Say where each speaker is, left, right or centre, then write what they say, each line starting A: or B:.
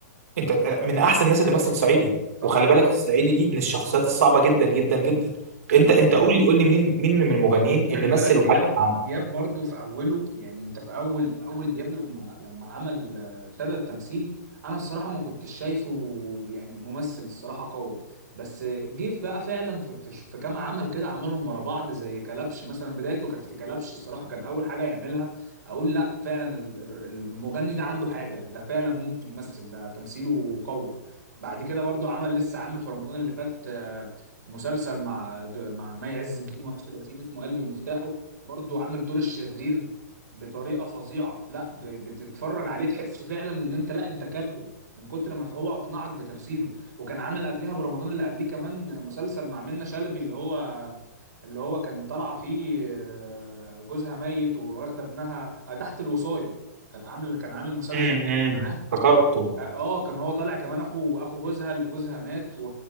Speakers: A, on the right; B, on the right.
A: انت من احسن الناس اللي مثل صعيدي
B: طبعا
A: وخلي بالك الصعيدي دي من الشخصيات الصعبه جدا جدا جدا
B: خلي
A: انت انت قول لي قول لي مين مين من المغنيين اللي
B: خلي
A: مثل
B: بالك دياب
A: وعلم معاك
B: دياب برضو في اوله يعني انت في اول في اول دياب لما لما عمل آه، ابتدى التمثيل انا الصراحه ما كنتش شايفه يعني ممثل الصراحه قوي بس جه بقى فعلا في في, في كام عمل كده عملهم ورا بعض زي كلبش مثلا بدايته كانت في كلبش الصراحه كان اول حاجه يعملها اقول لا فعلا ال- ال- المغني ده عنده حاجه ده فعلا ممكن يمثل ده تمثيله قوي بعد كده برضو عمل لسه عامل في رمضان اللي فات مسلسل مع د- مع مي عز الدين وآسر ياسين اسمه قلبي ومفتاحه برضو عامل دور الشرير بطريقه فظيعه لا ب- بتتفرج عليه تحس فعلا ان انت لا انت كارهه من كتر ما هو اقنعك بتمثيله وكان عامل قبلها برمضان اللي قبليه كمان مسلسل مع منة شلبي اللي هو اللي هو كان طالعه فيه آه، جوزها ميت وواخده ابنها آه، تحت الوصايه كانت عامل كان عامل مسلسل
A: امم
B: معاه
A: افتكرته
B: اه كان هو طالع كمان اخو اخو جوزها اللي جوزها مات و...